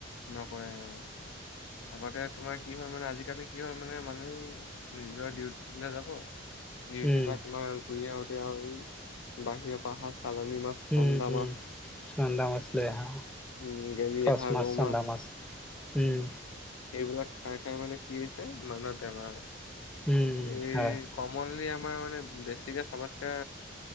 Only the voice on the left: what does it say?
নকৰে অ, আগতে তোমাৰ কি হয় মানে আজি কালি কি হ'ল মানে মানুহে নিজৰ ডিউটি বিলাকত যাব। ডিউটিৰ
পৰা তোমাৰ ঘূৰি আহোতে আৰু বাহিৰৰ পৰা সা চালানী মাছ, চন্দা
মাছ উম,
গেলি
আহা ৰৌ
মাছ।
এইবিলাক খাই মানে কি হৈছে মানুহৰ বেমাৰ হৈছে
এই
কমনলি আমাৰ মানে বেছিকে চবতকে